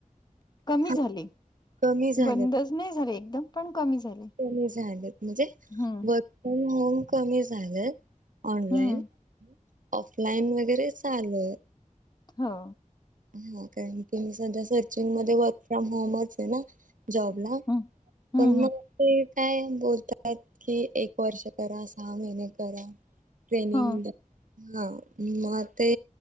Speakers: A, on the left; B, on the right.
A: कमी
B: हा
A: झाले
B: कमी झालेत
A: बंद. नाही झाले एकदम पण कमी झाले.
B: कमी झाले म्हणजे
A: हम्म
B: वर्क फ्रॉम होम कमी झालं. ऑनलाईन
A: हम्म
B: ऑफलाईन वगैरे चालूय.
A: हा.
B: हा कारण की मी सध्या सर्चिंग मध्ये वर्क फ्रॉम होमच आहे ना. जॉबला
A: हम्म हम्म
B: पण मग ते काय बोलतात कि एक वर्ष करा सहा महिने करा. ट्रेनिंग
A: हम्म
B: हा मग ते